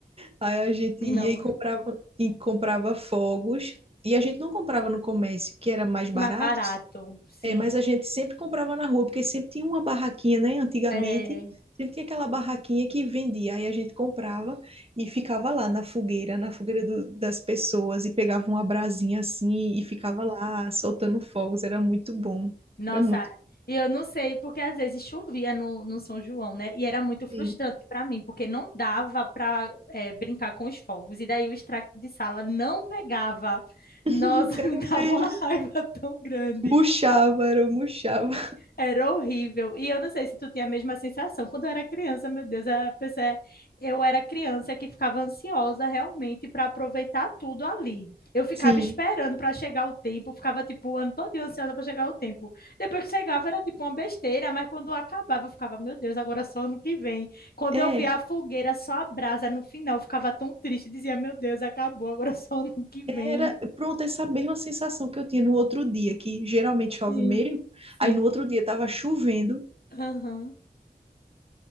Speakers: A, on the right (about 35°); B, on the left (about 70°).
A: Aí a gente
B: <laughs> não
A: ia e comprava, e comprava fogos. E a gente não comprava no comércio, que era mais barato,
B: Mais barato, sim.
A: é, mas a gente sempre comprava na rua, porque sempre tinha uma barraquinha, né? Antigamente,
B: É,
A: sempre tinha aquela barraquinha que vendia. Aí a gente comprava e ficava lá na fogueira, na fogueira do- das pessoas, e pegava uma brasinha assim e ficava lá soltando fogos. Era muito bom.
B: nossa,
A: Era muito
B: e eu não sei, porque às vezes chovia no, no São João, né? E era muito frustrante
A: bem.
B: para mim, porque não dava para brincar com os fogos. E daí o extrato de sala não pegava.
A: <laughs>
B: Nossa, <laughs>
A: Era
B: me dava
A: mesmo.
B: uma raiva tão grande.
A: Murchava, era, murchava.
B: Era horrível. E eu não sei se tu tinha a mesma sensação. Quando eu era criança, meu Deus, a pessoa- é, eu era criança que ficava ansiosa realmente para aproveitar tudo ali. Eu ficava
A: Sim.
B: esperando para chegar o tempo, ficava tipo o ano todo ansiosa para chegar o tempo. Depois que chegava era tipo uma besteira, mas quando acabava eu ficava, meu Deus, agora só ano que vem. Quando
A: É,
B: eu via a fogueira só a brasa no final, eu ficava tão triste, dizia, meu Deus, acabou, agora só ano que vem.
A: era, pronto, essa mesma sensação que eu tinha no outro dia, que geralmente chove
B: Sim,
A: mesmo.
B: sim.
A: Aí no outro dia tava chovendo,
B: Aham.